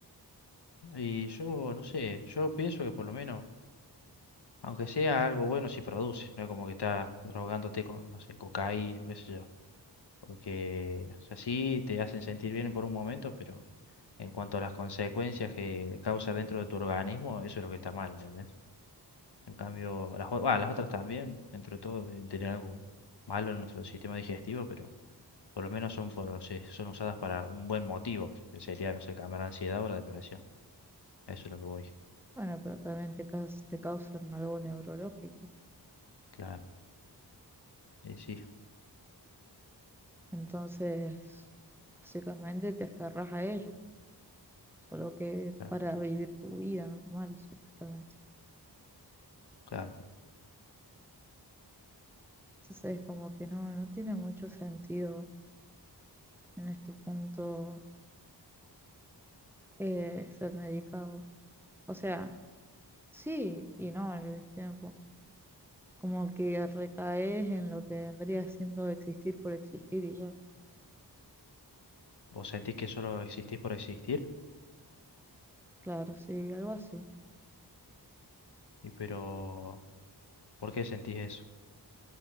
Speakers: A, on the left; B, in the centre.
A: Y yo, no sé, yo pienso que por lo menos, aunque sea algo bueno, si produce, no es como que estás drogándote con, no sé, cocaína o qué sé yo. Porque, o sea, sí te hacen sentir bien por un momento, pero en cuanto a las consecuencias que causa dentro de tu organismo, eso es lo que está mal, ¿entendés? En cambio, las, o- bah, las otras también, dentro de todo, deben tener algo malo en nuestro sistema digestivo, pero Por lo menos son, por, sí, son usadas para un buen motivo, que sería, no sé, calmar la ansiedad o la depresión. A Eso es lo que voy.
B: Bueno, pero también te, caus- te causan algo neurológico.
A: Claro, y sí,
B: Entonces, básicamente te aferras a ello, solo que
A: claro,
B: para vivir tu vida normal, supuestamente.
A: claro.
B: Entonces, como que no, no tiene mucho sentido en este punto eh, ser medicado. O sea, sí y no al mismo tiempo. Como que recaes en lo que vendría siendo existir por existir y ya.
A: Vos sentís que solo existís por existir,
B: Claro, sí, algo así.
A: y pero, ¿por qué sentís eso?